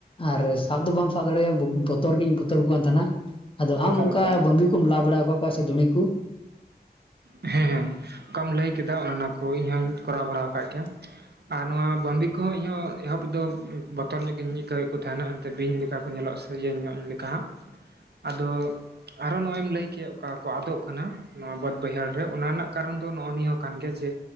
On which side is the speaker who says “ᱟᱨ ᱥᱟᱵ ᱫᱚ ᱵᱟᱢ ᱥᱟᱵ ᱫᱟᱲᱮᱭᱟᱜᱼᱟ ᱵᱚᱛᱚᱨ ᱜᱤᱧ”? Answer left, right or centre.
Left